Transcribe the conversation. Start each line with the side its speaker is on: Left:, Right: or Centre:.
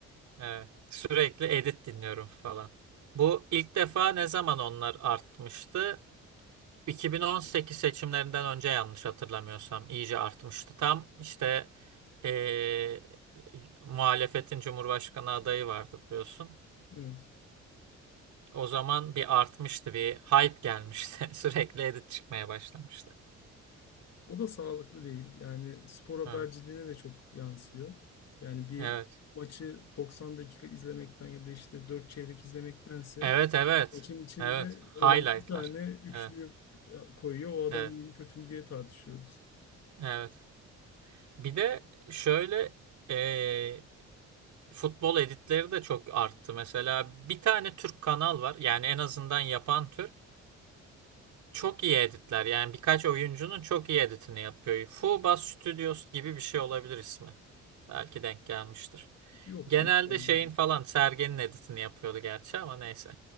Right: Evet. Sürekli edit dinliyorum falan. Bu ilk defa ne zaman onlar artmıştı? 2018 seçimlerinden önce yanlış hatırlamıyorsam iyice artmıştı. Tam işte eee, muhalefetin Cumhurbaşkanı adayı vardı biliyorsun.
Left: Evet.
Right: O zaman bir artmıştı, bir hype gelmişti. <laughs> Sürekli edit çıkmaya başlamıştı.
Left: O da sağlıklı değil. Yani spor haberciliğine
Right: Evet.
Left: de çok yansıyor. Yani bir
Right: Evet.
Left: maçı 90 dakika izlemekten ya da işte 4 çeyrek izlemektense
Right: Evet, evet.
Left: maçın içinde
Right: Evet.
Left: olan
Right: Highlightlar.
Left: bir tane üçlü
Right: Evet,
Left: koyuyor. O adam
Right: evet,
Left: iyi mi kötü mü diye tartışıyoruz.
Right: evet. Bir de şöyle eee, futbol editleri de çok arttı. Mesela bir tane Türk kanal var. Yani en azından yapan Türk. Çok iyi editler yani birkaç oyuncunun çok iyi editini yapıyor. Fuba Studios gibi bir şey olabilir ismi. Belki denk gelmiştir.
Left: Yok
Right: Genelde
Left: denk gelmedi.
Right: şeyin falan Sergen'in editini yapıyordu gerçi ama neyse.